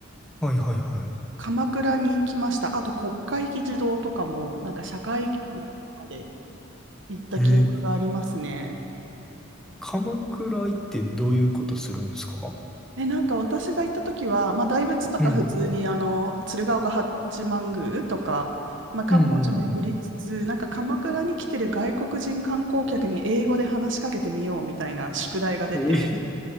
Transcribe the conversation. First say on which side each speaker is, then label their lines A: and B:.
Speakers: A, in the centre; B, on the right (about 60°).
A: はいはいはい。
B: 鎌倉に行きました。あと、国会議事堂とかも、なんか社会見学とかで行った記憶がありますね。
A: <laughs> えー鎌倉行ってどういうことするんですか
B: え、なんか私が行った時は、まあ、大仏とか普通に、
A: うん
B: あの、鶴岡八幡宮とか、まあ、観光地巡りつつ、
A: うんうんうんうんうん
B: なんか鎌倉に来てる外国人観光客に英語で話しかけてみようみたいな宿題が出て、
A: えー、